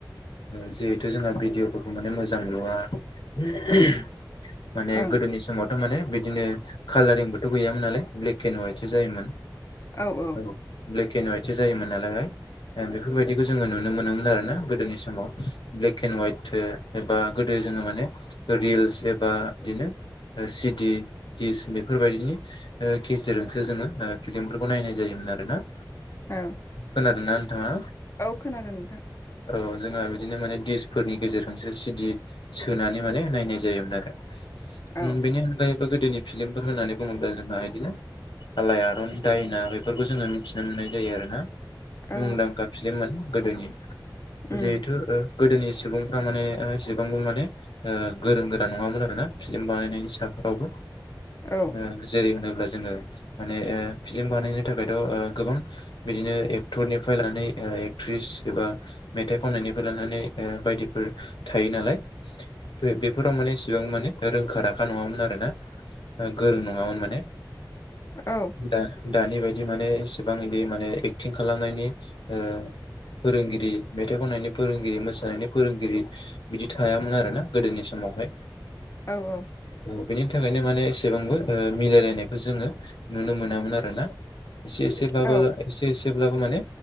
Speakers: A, on the left; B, on the left.
A: ओ जिहेथु जोंहा भिडिअफोरखौ माने मोजां नुवा <unintelligible> माने
B: ओं
A: गोदोनि समाव थारमाने बिदिनो कालारिंबोथ' गैयामोन नालाय ब्लेक एण्ड हयाइटसो जायोमोन
B: औ औ
A: ब्लेक एन हवाइटसो जायोमोन नालायहाय ओ बेफोरबायदिखौ जोङो नुनो मोनोमोन आरो ना गोदोनि समाव ब्लेक एन्ड हवाइट ओ एबा गोदो जोङो माने रिल्स एबा बिदिनो औ सिडि दिस बेफोरबायदिनि ओ केसेटजोंसो जोङो ओ फिलिमफोरखौ नायनाय जायोमोन आरो ना
B: औ
A: खोनादोंना नोंथाङा
B: औ खोनादों नोंथां
A: औ जोंहा बिदिनो माने दिसफोरनि गेजेरजोंसो सिडि सोनानै माने नायनाय जायोमोन आरो
B: औ
A: ओम बेनि अनगायैबो गोदोनि फिलिमफोर होननानै बुङोब्ला जोंहा बिदिनो आलायारन दायना बेफोरखौ जोङो मिथिनो मोननाय जायो आरोना
B: औ
A: मुंदांखा फिल्म माने गोदोनि
B: उम
A: जिहेथु ओ गोदोनि सुबुंफ्रा माने एसेबांबो माने ओ गोरों गोरा नङामोन आरो ना फिल्म बानायनायनि साफोरावबो
B: औ
A: ओ जेरै- होनोब्ला जोङो माने ओ फिलिम बानायनो थाखायथ' गोबां बिदिनो एक्टरनिफ्राय लानानै ओ एक्ट्रिस एबा मेथाइ खननायनिफ्राय लानानै ओ बायदिफोर थायो नालाय बे-बेफोराव माने इसिबां माने रोंखा राखा नङामोन आरो ना ओ गोरों नङामोन माने
B: औ
A: दा-दानि बायदि माने एसेबां बिदि माने एक्टिं खालामनायनि ओ फोरोंगिरि मेथाइ खननायनि फोरोंगिरि मोसानायनि फोरोंगिरि बिदि थायामोन आरोना गोदोनि समावहाय
B: औऔ
A: औ बेनि थाखायनो माने एसेबांबो ओ मिलायलायनायखौ जोङो नुनो मोनामोन आरोना एसे एसेब्लाब
B: औ
A: एसे एसेब्लाबो माने